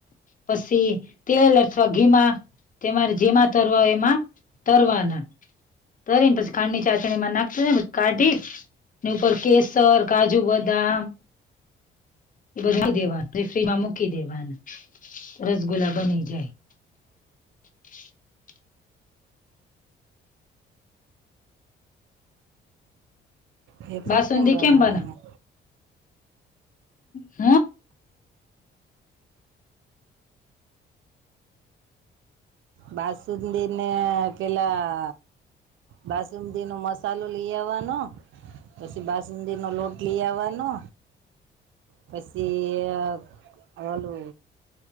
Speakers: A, on the left; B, on the right.
A: પછી તેલ અથવા ઘીમા તમારે જેમાં તરવા હોય એમાં તરવાના તરી ને પસી ખાંડની ચાંસણી માં નાખસી ને પછ કાઢી ની ઉપર કેસર, કાજુ-બદામ એ બધ નાખી દેવા તે ફ્રીજમા મૂકી દેવાનુ, રસગુલ્લા બની જાય. <inaudible>
B: વેફર
A: બાસુંદી
B: બનાવવાના
A: કેમ બના. હ.
B: બાસુંદી ને પેલા બાસુમદી નો મસાલો લેઈ આવાનો પસી બાસુંંદી નો લોટ લીય આવાનો. પસી અ આલો